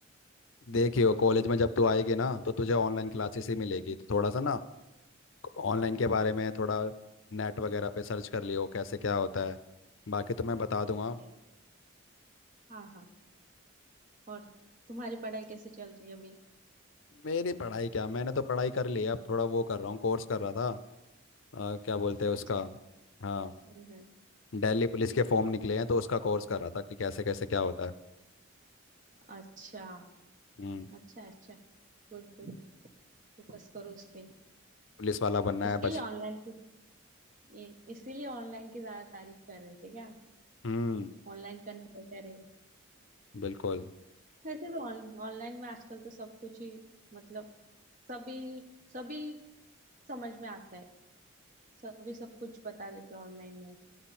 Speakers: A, on the left; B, on the right.
A: देखियो कॉलेज में जब तू
B: और
A: आएगी ना तो तुझे ऑनलाइन क्लासेस ही मिलेगी
B: हम्म
A: तो थोड़ा सा ना ऑनलाइन के बारे में थोड़ा नेट वगैरह पे सर्च कर लियो कैसे क्या होता है बाकी तो मैं बता दूंगा
B: yes, yes. हाँ हाँ और तुम्हारी पढ़ाई कैसे चल रही है अभी
A: मेरी पढ़ाई क्या मैंने तो पढ़ाई कर ली है अब थोड़ा वो कर रहा हूँ कोर्स कर रहा था अ, क्या बोलते हैं उसका
B: अच्छा
A: हाँ
B: हम्म हम्म,
A: दिल्ली पुलिस के फॉर्म निकले हैं तो उसका कोर्स कर रहा था कि कैसे कैसे क्या होता है
B: अच्छा
A: हम्म
B: अच्छा अच्छा गुड गुड फोकस करो उस पे
A: पुलिस वाला बनना
B: इसके
A: है बच
B: लिए ऑनलाइन की ये- इसीलिए ऑनलाइन की ज्यादा तारीफ कर रहे थे क्या
A: हम्म
B: ऑनलाइन करना बेटर है
A: बिल्कुल
B: वैसे भी ऑन, ऑनलाइन में आजकल तो सब कुछ ही मतलब सभी सभी समझ में आता है सभी सब कुछ बता देते हैं ऑनलाइन में